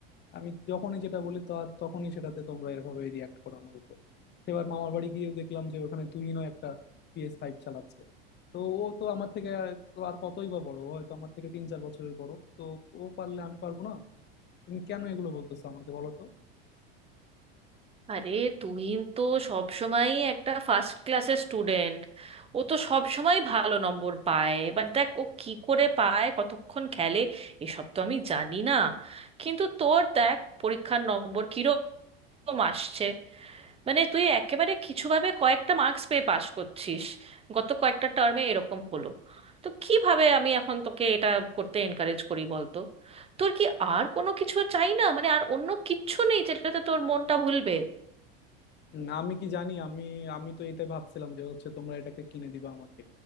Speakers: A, on the left (about 35°); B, on the right (about 20°).
A: আমি যখনই যেটা বলি তার তখনই সেটাতে তোমরা এভাবে রিয়াক্ট করো আমার উপর এবার মামার বাড়ি গিয়ে দেখলাম যে ওখানে তুহিনও একটা পিএস ফাইভ চালাচ্ছে তো ও তো আমার থেকে আর- তো আর কতই বা বড় ও হয়তো আমার থেকে তিন চার বছরের বড় তো ও পারলে আমি পারবো না তুমি কেন এগুলো বলতেছো আমাকে বলো তো
B: আরে তুই তো সব সময়ই একটা ফার্স্ট ক্লাসের স্টুডেন্ট ও তো সব সময় ভালো নম্বর পায় এবার দেখ ও কি করে পায় কতক্ষণ খেলে এসব তো আমি জানি না কিন্তু তোর দেখ পরীক্ষার নম্বর কিরকম আসছে মানে তুই একেবারে কিছুভাবে কয়েকটা মার্কস পেয়ে পাশ করছিস গত কয়েকটা টার্মে এরকম হলো তো কিভাবে আমি এখন তোকে এটা করতে এনকারেজ করি বলতো তোর কি আর কোনো কিছু চাই না মানে আর অন্য কিচ্ছু নেই যেটাতে তোর মনটা ভুলবে
A: না আমি কি জানি আমি আমি তো এটা ভাবছিলাম যে হচ্ছে তোমরা এটাকে কিনে দিবা আমাকে